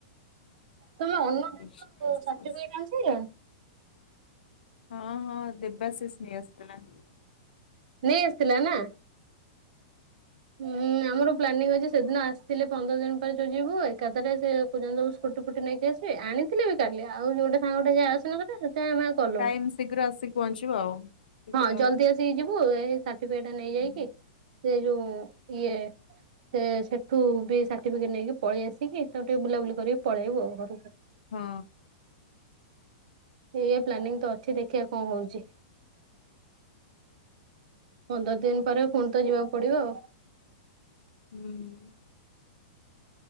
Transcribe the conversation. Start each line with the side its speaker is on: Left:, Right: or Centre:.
Right: ତମେ ଅନ୍ନ <unintelligible>
Left: ଶ୍ରୀର
Right: ସାର୍ଟିଫିକେଟ୍ ଆଣିସାରିଲଣି?
Left: ହଁ ହଁ ଦେବାଶିସ୍ ନେଇ ଆସିଥିଲା।
Right: ନେଇ ଆସିଥିଲା ନା। ହୁଁ ଆମର ପ୍ଲାନିଂ ଅଛି ସେଦିନ ଆସିଥିଲେ ପନ୍ଦର ଦିନ ପାଇଁ ତ ଯିବୁ ଏକାଥରେ ସେ କହୁଛନ୍ତି ସ୍କୁଟି ଛୁଟି ନେଇକି ଆସିବେ, ଆଣିଥିଲେ ବି କାଲି ଆଉ ଗୋଟେ ସାଙ୍ଗ ଟେ ସେ ଆସିବ କହିଲେ ସେଥିପାଇଁ ଆମେ କଲୁନୁ।
Left: ଟାଇମ୍ ଶୀଘ୍ର ଆସିକି ପହଞ୍ଚିବ ଆଉ। ଶୀଘ୍ର
Right: ହଁ ଜଲ୍ଦି ଆସିକି ଯିବୁ, ଏଇ ସାର୍ଟିଫିକେଟ୍ ନେଇଯାଇକି
Left: ହୁଁ,
Right: ସେ ଯୋଉ ଇଏ ସେ ସେଠୁ ବି ସାର୍ଟିଫିକେଟ୍ ନେଇକି ପଳେଇ ଆସିକି ତ ଟିକେ ବୁଲାବୁଲି କରିକି ପଳେଇବୁ ଆଉ ଘରକୁ।
Left: ହଁ।
Right: ଏୟା ପ୍ଲାନିଂ ତ ଅଛି ଦେଖିବା କଣ ହୋଉଛି। ପନ୍ଦର ଦିନ୍ ପରେ ଫୁଣି ତ ଯିବାକୁ ପଡିବ ଆଉ।
Left: ହୁଁ।